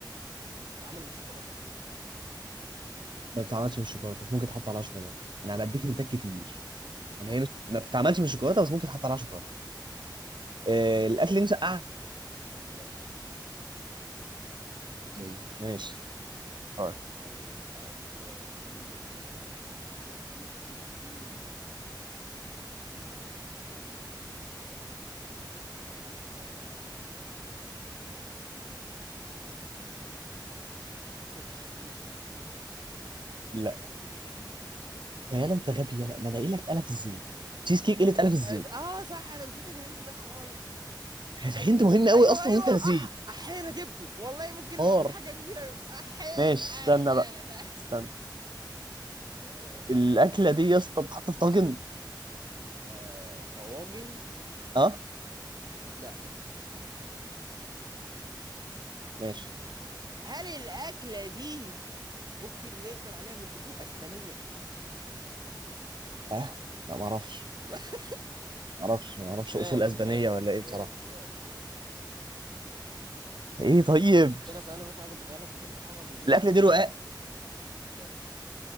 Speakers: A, on the right; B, on the right.
A: بتتعمل من الشوكولاتة
B: ما بتتعملش من الشوكولاته بس ممكن تحط عليها شوكولاته انا هديك هنتات كتير يعني هي مش ما بتتعملش من الشوكولاته بس ممكن تحط عليها شوكولاته
A: آه آه
B: أه،
A: في
B: الاكل دي مسقعه
A: لا
B: زي ماشي اه
A: هل الأكلة دي م-م-م-م. قلت ممكن تحط عليها شوكولاتة بتاع طب آه، الأكلة دي شيز كيك
B: لا يالا انت غبي يالا ما الاقي لك قلف الزيت تشيز كيك قله قلف الزيت
A: آه آه، صح أنا نسيت الهنت ده خالص
B: <laughs> انت مهم قوي
A: ايوه
B: اصلا
A: ايوه
B: وانت
A: اح
B: نسيه
A: احينا جبته والله ممكن
B: نار
A: في حاجه كبيره احي
B: ماشي
A: تعالى
B: استنى
A: تعالى
B: بقى
A: تعالى
B: استنى
A: آه.
B: الاكله دي يا اسطى بتتحط في طاجن
A: آه. طواجن
B: اه
A: لا لا
B: ماشي
A: هل الاكله دي ممكن نقدر عليها من اصول اسبانيه
B: اه لا ما اعرفش
A: <laughs>
B: ما اعرفش ما اعرفش
A: ماشي
B: اصول اسبانيه
A: ماشي
B: ولا ايه بصراحه
A: ماشي ماشي ماشي
B: ايه طيب
A: المشكله ثواني بس عايز اجيبها لك بالعربي ايه
B: الاكله دي رقاق
A: لا